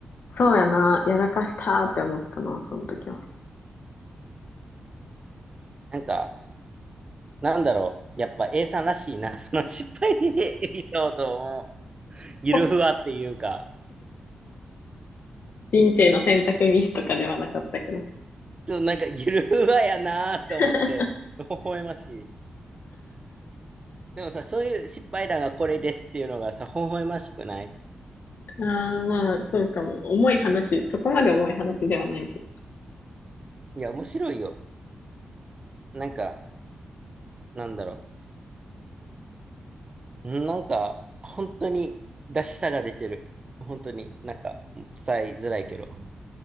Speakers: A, on the left (about 65°); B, on the right (about 30°).
A: そうやな。やらかしたーって思ったな、その時は。
B: なんか、なんだろう。やっぱ A さんらしいな。<laughs> その失敗エピソードも、ゆるふわっていうか、
A: <laughs> 人生の選択ミスとかではなかったけど。
B: ちょっとなんかゆるふわやなと思って、
A: <laughs>
B: 微笑ましい。でもさ、そういう失敗談がこれですっていうのがさ、微笑ましくない
A: ああ、まあ、そうかも。重い話、そこまで重い話ではないし。
B: いや、面白いよ。なんか、なんだろう。うんなんか、本当にらしさが出てる。本当に、なんか、伝えづらいけど。